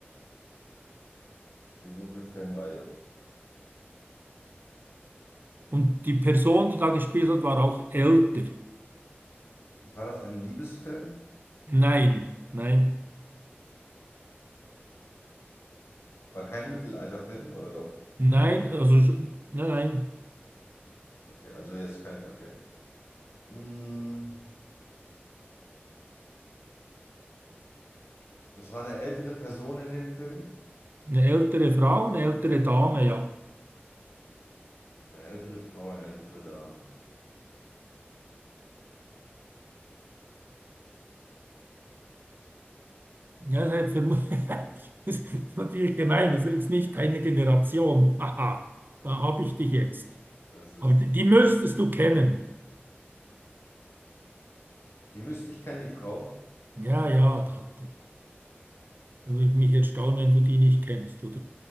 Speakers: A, on the left; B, on the right.
A: Wir suchen eine Filmreihe.
B: Und die Person, die da gespielt hat, war auch älter.
A: War das ein Liebesfilm?
B: Nein, nein,
A: War kein Mittelalterfilm, oder doch?
B: nein, also schon- nein, nein.
A: Okay, also jetzt kein, okay. Mm, das war eine ältere Person in dem Film.
B: Eine ältere Frau, eine ältere Dame, ja.
A: Eine ältere Frau, eine ältere Dame.
B: Ja, das ist verm- <laughs> das ist natürlich gemein, das ist nicht eine Generation. <laughs> Haha, da habe ich dich jetzt.
A: Das ist,
B: Aber die die müsstest du kennen.
A: die müsste ich kennen, die Frau.
B: Ja, ja, da, da würde mich jetzt staunen, wenn du die nicht kennst, oder?